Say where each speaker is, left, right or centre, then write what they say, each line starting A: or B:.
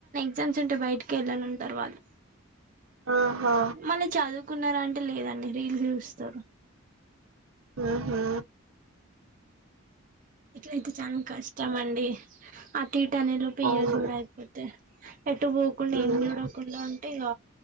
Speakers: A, on the right; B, on the right.
A: ఇంత అర్జెంట్ బయటకి వెళ్ళాలంటారు వాళ్ళు
B: ఆహా
A: మనం చదువు ఉన్నార అంటే లేదండి రీల్ చూస్తారు.
B: ఉమ్ హు..
A: ఇట్ల అయితే చాలా కష్టం చమండి అ <unintelligible> టీట్ అనేరూ.... <unintelligible>
B: అవును
A: ఎటు పోకుండా
B: మ్మ్
A: ఏం చూడ కుండ అంటే ఇగ